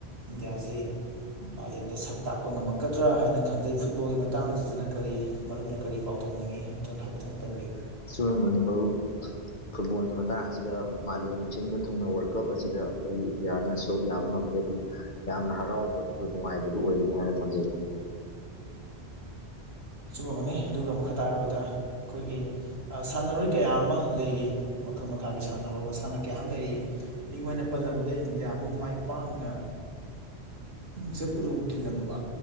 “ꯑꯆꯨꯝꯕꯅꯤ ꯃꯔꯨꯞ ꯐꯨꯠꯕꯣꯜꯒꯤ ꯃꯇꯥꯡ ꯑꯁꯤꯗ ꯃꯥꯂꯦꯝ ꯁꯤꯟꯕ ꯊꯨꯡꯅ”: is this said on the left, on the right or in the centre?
Left